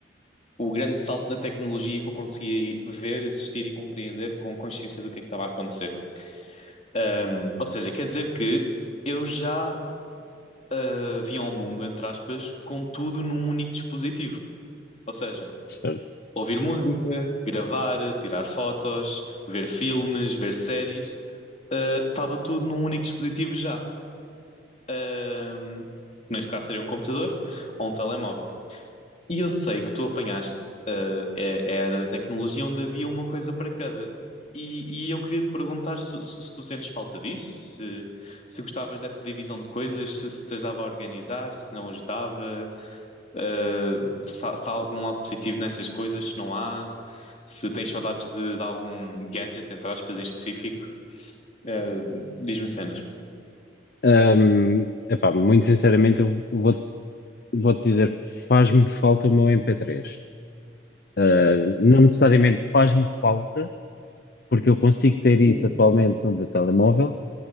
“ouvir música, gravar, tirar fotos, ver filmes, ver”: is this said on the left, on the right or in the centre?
Left